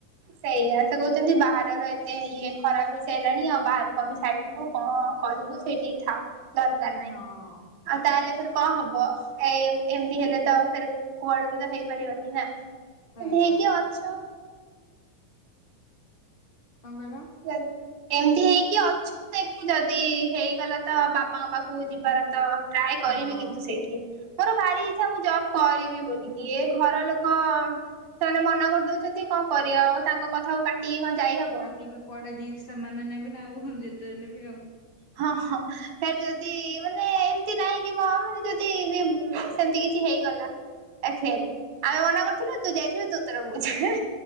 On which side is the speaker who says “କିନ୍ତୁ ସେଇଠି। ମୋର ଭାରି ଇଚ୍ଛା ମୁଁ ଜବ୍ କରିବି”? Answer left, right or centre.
Right